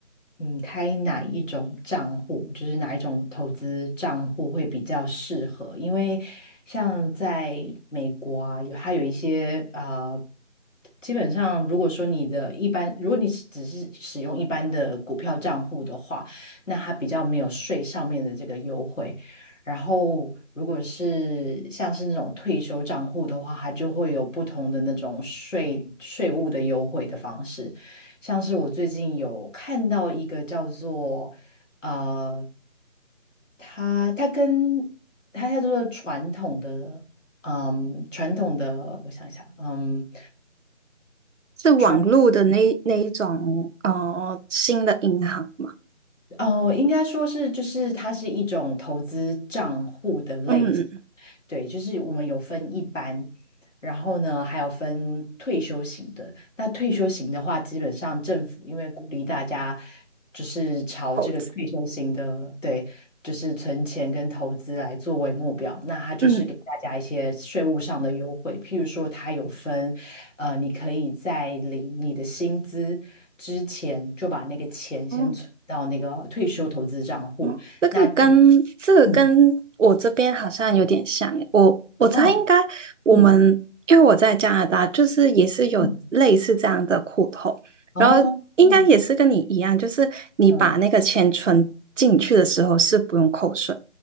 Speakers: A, on the left (about 85°); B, on the right (about 80°).
A: 嗯开哪一种账户，就是哪一种投资账户会比较适合，因为像在美国啊，有它有一些啊、呃基本上如果说你的一般，如果你是只是使用一般的股票账户的话，那它比较没有税上面的这个优惠。然后，如果是像是那种退休账户的话，它就会有不同的那种税税务的优惠的方式。像是我最近有看到一个叫做呃，它它跟它叫做传统的嗯传统的，我想想，嗯
B: 是网络的那那一种哦，
A: 传
B: 呃新的银行吗？
A: 哦，应该说是就是它是一种投资账户的类型。
B: 嗯，
A: 对，就是我们有分一般，然后呢，还有分退休型的。那退休型的话，基本上政府因为鼓励大家就是朝这个退休型的，
B: 投资，
A: 对，就是存钱跟投资来作为目标，那它就是给大家一些税务上的优惠，
B: 嗯，
A: 譬如说它有分，呃，你可以在领你的薪资之前就把那个钱先存到那个退休投资账户，
B: 哦哦，这个跟这个跟我这边好像有点像耶我我猜应该我们因为我在加拿大，
A: 那嗯哦，嗯。
B: 就是也是有类似这样的苦头，
A: 嗯哦，
B: 然后应该也是跟你一样，
A: 嗯
B: 就是你把那个钱存进去的时候是不用扣税，
A: 嗯，